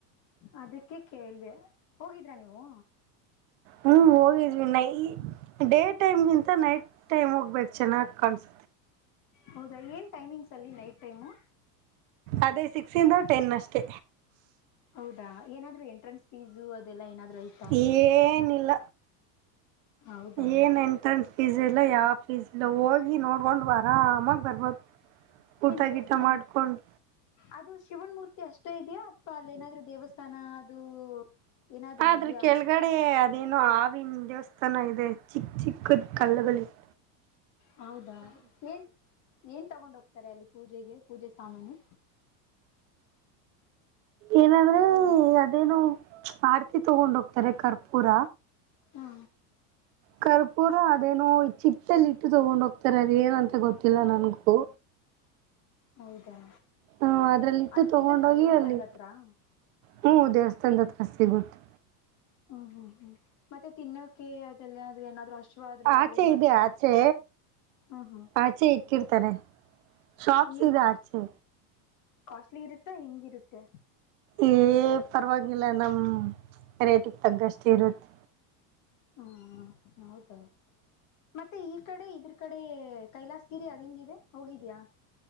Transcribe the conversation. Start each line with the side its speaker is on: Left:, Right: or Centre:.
Left: ಅದಕ್ಕೆ ಕೇೇಳವೆ ಹೋಗಿದ್ರಾ ನೀವು
Right: ಹ್ಮ್ ಹೋಗಿದ್ವಿ ನೈ ಡೇ ಟೈಮ್ಗಿಂತ ನೈಟ್ ಟೈಮ್ ಹೋಗ್ಬೇಕು ಚೆನ್ನಾಗ್ ಕಾಣಸ
Left: ಹೌದಾ ಏನ್ ಟೈಮಿಂಗ್ಸ್ ಅಲ್ಲಿ ನೈಟ್ ಟೈಮು
Right: ಅದೇ ಸಿಕ್ಸಿಂದ ಟೆನ್ ಅಷ್ಟೇ
Left: ಹೌದಾ ಏನಾದ್ರು ಎಂಟ್ರನ್ಸ್ ಫೀಸು ಅದೆಲ್ಲ ಏನಾದ್ರು ಐತ
Right: ಏನಿಲ್ಲ
Left: ಹೌದಾ
Right: ಏನ್ ಎಂಟ್ರೆನ್ ಫೀಜ್ ಇಲ್ಲ ಯಾವ ಫೀಜ್ ಇಲ್ಲ ಹೋಗಿ ನೋಡ್ಕೊಂಡ್ ಬಾರ ಹಾ ಅಮ್ಮಾಗ ಬರ್ಬೋದು ಊಟ
Left: ಏನ್ ದೇವಸ್ಥಾನ
Right: ಗಿಟ ಮಾಡ್ಕೊಂಡ್
Left: ಅದು ಶಿವನ್ ಮೂೂರ್ತಿ ಅಷ್ಟೇ ಇದೆಯಾ ಅಥವಾ ಅಲ್ಲೇಏನಾದ್ೂ ದೇವಸ್ಥಾನ ಅದು ಏನಾದ್ರೂ
Right: ಆದ್ರ
Left: ಇದ್ಯಾ
Right: ಕೆಳಗಡೆ ಅದೇನು ಆವಿನ ದೇವಸ್ಥಾನ ಇದೆ ಚಿಕ್ಕ ಚಿಕ್ಕ ಕಲ್ಲಗಳಿಗೆ
Left: ಹೌದಾ ಏನ್ ಏನ್ ತಗೊಂಡ್ ಹೋಗ್ತಾರೆ ಅಲ್ಲಿ ಪೂಜೆಗೆ ಪೂಜೆ ಸಾಮಾನಿ
Right: ಏನಂದ್ರೆ ಅದೇನು ಆಡ್ತಿ ತಗೊಂಡ ಹೋಗ್ತಾರೆ ಕರ್ಪೂರ
Left: ಹಾ
Right: ಕರ್ಪೂರ ಅದೇನು ಚಿಟ್ಟಲ್ಲಿ ಇಟ್ಟು ತಗೊಂಡ್ ಹೋಗ್ತಾರೆ ಅದ ಏನಂತ ಗೊತ್ತಿಲ್ಲ ನನ್ಗೂ.
Left: ಹೌದಾ
Right: ಹ್ಮ ಅದ್ರಲ್ಲಿ ಇಟ್ಟು
Left: ಅಲ್ಲಿ
Right: ತಗೊಂಡ
Left: ಸಿಗುತ್ತಾ
Right: ಹೋಗಿ
Left: ದೇವಸ್ಥಾನದ
Right: ಅಲ್ಲಿ
Left: ಹತ್ರ ಹ್ಮ್
Right: ಹ್ಮ ದೇವಸ್ಥಾನದ ಹತ್ರ ಸಿಗುತ್ತೆ.
Left: ಹ್ಮ್ ಹ್ಮ್ ಹ್ಮ್ ಮತ್ತೆ ತಿನ್ನೋಕ್ಕೆೆ ಅದೆಲ್ಲ ಆದ್ರೆ ಏನಾದ್ರು ಅಷ್ಟ
Right: ಆಚೆ
Left: ಅಲ್ಲಿ
Right: ಇದೆ ಆಚೆ
Left: ಹ್ಮ ಹಾ
Right: ಆಚೆ ಇಕಿರ್ತಾರೆ ಶಾಪ್ಸ್
Left: ಏನ್
Right: ಇದೆ
Left: ಕಾಸ್
Right: ಆಚೆ.
Left: ಕಾಸ್ಟ್ಲಿ ಇರುತ್ತ ಹಿಂಗ್ ಇರುತ್ತೆ.
Right: ಎ ಪರವಾಗಿಲ್ಲ ನಮ್ ರೇಟಿಗ್ ತಗ್ಗಷ್ಟು ಇರುತ್ತೆ.
Left: ಹ್ಮ ಹೌದ ಮತ್ತೆ ಈ ಕಡೆ ಇದ್ರ ಕಡೆ ಕೈಲಾಸ್ - ಗಿರಿ ಅದ್ ಹೆಂಗ್ ಇದೆ ಹೋಗಿದ್ಯಾ.